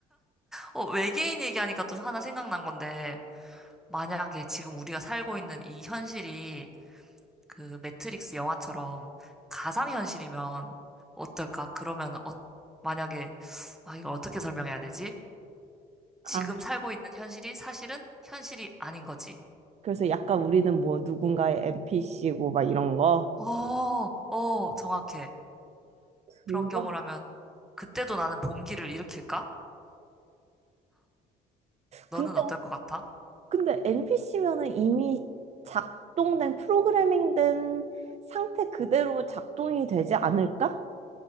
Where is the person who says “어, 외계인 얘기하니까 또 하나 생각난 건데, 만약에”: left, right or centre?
Centre